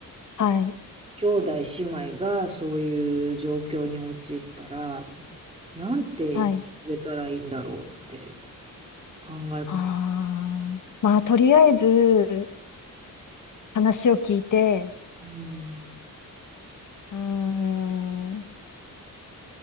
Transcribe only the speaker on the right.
兄弟姉妹がそういう状況に陥ったら、なんて言ってあげたらいいんだろうって。
考え方。
うん。